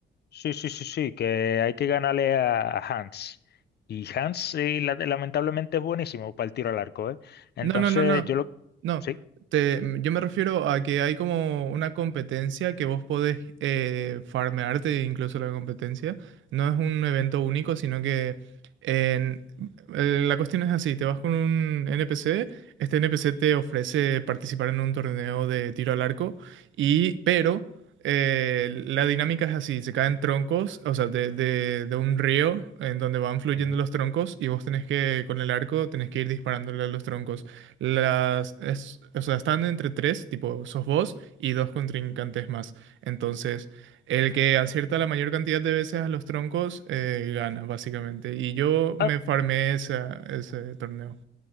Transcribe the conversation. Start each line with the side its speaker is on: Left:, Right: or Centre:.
Left: Sí, sí, sí, sí, que hay que ganarle a Hans. Y Hans, sí, la- lamentablemente es buenísimo para el tiro al arco, ¿eh? Entonces,
Right: No, no, no, no.
Left: yo lo...
Right: No.
Left: Sí.
Right: Te- mm, yo me refiero a que hay como una competencia que vos podés eh, farmearte incluso la competencia. No es un evento único, sino que en- eh, la cuestión es así, te vas con un NPC, este NPC te ofrece participar en un torneo de tiro al arco, y pero eh, la dinámica es así, se caen troncos, o sea, de, de- de un río en donde van fluyendo
Left: Ujú.
Right: los troncos y vos tenés que, con el arco, tenés que ir disparándole a los troncos. Las, es- o sea, están entre tres, tipo, sos vos y dos contrincantes más. Entonces, el que acierta la mayor cantidad de veces a los troncos eh, gana, básicamente. Y yo me
Left: Ah,
Right: farmé esa- ese torneo.